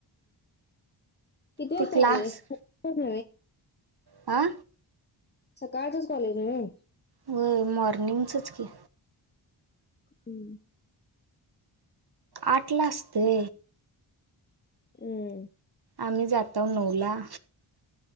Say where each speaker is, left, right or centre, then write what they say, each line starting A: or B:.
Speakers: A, on the left; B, on the right.
A: किती वाजता
B: ते क्लास
A: कॉलेज असत? <unintelligible> खूप
B: आ?
A: सकाळचच कॉलेज आहे ना?
B: हो मॉर्निंगचच की.
A: हम्म.
B: आटला असते.
A: हम्.
B: आम्ही जातो नऊला.